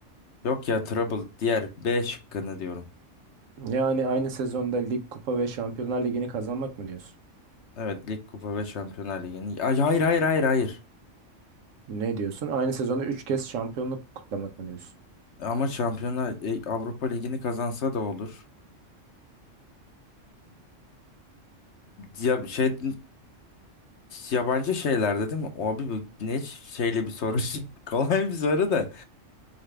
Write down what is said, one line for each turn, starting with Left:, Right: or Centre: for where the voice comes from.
Left: Yok ya Trouble diğer B şıkkını diyorum.
Right: Yani aynı sezonda lig, kupa ve Şampiyonlar Ligi'ni kazanmak mı diyorsun?
Left: Evet Lig Kupa ve Şampiyonlar Ligi'ni. Ay, Hayır hayır hayır hayır.
Right: Ne diyorsun? Aynı sezonda 3 kez şampiyonluk kutlamak mı diyorsun?
Left: Ama Şampiyonlar e, Avrupa Ligi'ni kazansa da olur. Ya, şey yabancı şeylerde değil mi? O abi bu ne şeyli bir soru. <laughs> Şimdi Kolay bir soru da